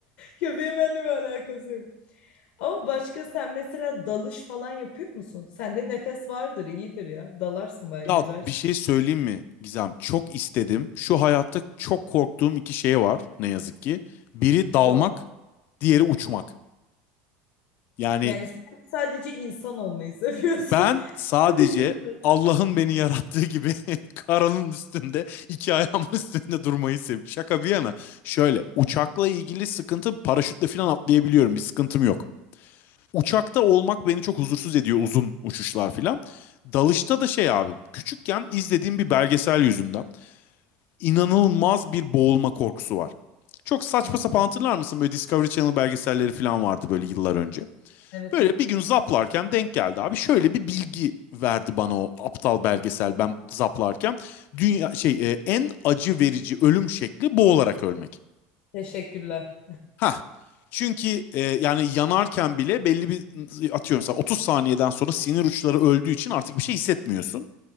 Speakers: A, on the left; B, on the left.
A: Köpeğin benimle bir alakası yok. Ama başka sen mesela dalış falan yapıyor musun? Sende nefes vardır, iyidir ya. Dalarsın bayağı
B: Ya
A: yüzersin.
B: bir şey söyleyeyim mi Gizem? Çok istedim. Şu hayatta çok korktuğum iki şey var ne yazık ki. Biri
A: Su
B: dalmak,
A: al.
B: diğeri uçmak. Yani
A: Yani sen sadece insan olmayı seviyorsun.
B: ben sadece
A: <laughs> Sadece yürümeyi.
B: Allah'ın beni yarattığı gibi <laughs> karanın üstünde, iki ayağımın üstünde durmayı seviyorum. Şaka bir yana. Şöyle uçakla ilgili sıkıntı paraşütle falan atlayabiliyorum. Bir sıkıntım yok. uçakta olmak beni çok huzursuz ediyor uzun uçuşlar filan. Dalışta da şey abi küçükken izlediğim bir belgesel yüzünden inanılmaz bir boğulma korkusu var. Çok saçma
A: Tamam.
B: sapan hatırlar mısın böyle Discovery Channel belgeselleri falan vardı böyle yıllar önce.
A: Evet
B: Böyle
A: evet.
B: bir gün zaplarken denk geldi abi. Şöyle bir bilgi verdi bana o aptal belgesel ben zaplarken. Dünya şey e, en acı verici ölüm şekli boğularak ölmek.
A: Teşekkürler.
B: Ha. Çünkü e, yani yanarken bile belli bir atıyorum mesela 30 saniyeden sonra sinir uçları öldüğü için artık bir şey hissetmiyorsun.